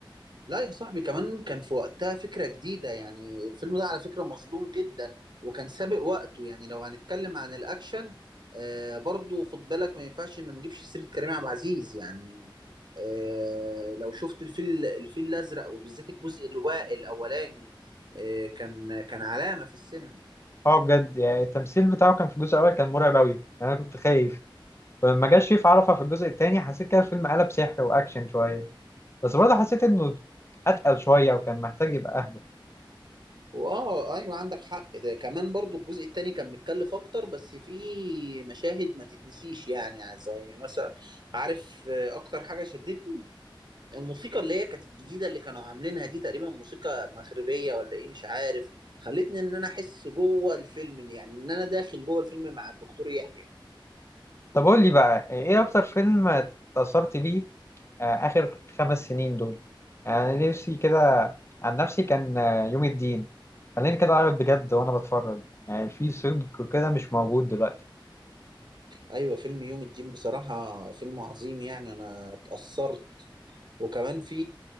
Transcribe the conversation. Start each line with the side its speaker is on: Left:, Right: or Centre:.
Right: لا يا صاحبي كمان كان في وقتها فكرة جديدة يعني الفيلم ده على فكرة مظلوم جدا وكان سابق وقته يعني لو هنتكلم عن الأكشن آه برضو خد بالك ما ينفعش ما نجيبش سيرة كريم عبد العزيز يعني آه لو شفت الفيل الفيل الأزرق وبالذات الجزء الوا- الأولاني آه كان كان علامة في السينما
Left: اه بجد يعني التمثيل بتاعه كان في الجزء الاول كان مرعب قوي يعني، انا كنت خايف ولما جه شريف عرفة في الجزء الثاني حسيت كده الفيلم قلب سحر واكشن شويه بس برضه حسيت انه اتقل شويه وكان محتاج يبقى اهدى
Right: وآه أيوة عندك حق ده كمان برضو الجزء التاني كان متكلف أكتر بس فيه مشاهد ما تتنسيش يعني زي مثلا عارف آه، أكتر حاجة شدتني الموسيقى اللي هي كانت الجديدة اللي كانوا عاملينها دي تقريبا موسيقى مغربية ولا ايه مش عارف خلتني ان انا احس جوه الفيلم يعني ان انا داخل جوه الفيلم مع الدكتور يحيى
Left: طب قول لي بقى يعني ايه اكتر فيلم اتأثرت بيه آه، اخر خمس سنين دول يعني أنا نفسي كده عن نفسي كان آه، يوم الدين خليني كده اعرف بجد وانا بتفرج يعني في صدق كده مش موجود دلوقتي
Right: ايوه فيلم يوم الدين بصراحة فيلم عظيم يعني انا اتأثرت وكمان في